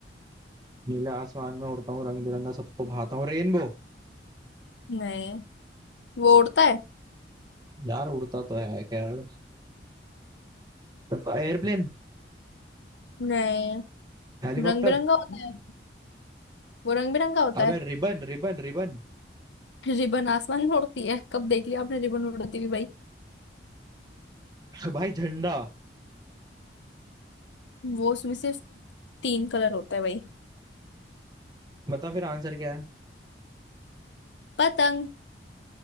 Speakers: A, on the right; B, on the left.
A: नीले आसमान में उड़ता हूँ रंग बिरंगा सबको भाता हूँ रेनबो
B: नहीं वो उड़ता है
A: यार उड़ता तो है खैर तो एयरप्लेन
B: नहीं
A: हेलीकॉप्टर
B: रंग बिरंगा होता है वो रंग बिरंगा होता
A: अबे
B: है
A: रिबन रिबन रिबन
B: <laughs> रिबन आसमान में उड़ती है कब देख लिया आपने रिबन उड़ती हुई भाई
A: <laughs> भाई झंडा
B: वो उसमें सिर्फ तीन कलर होता है भाई
A: बता फिर आंसर क्या है
B: पतंग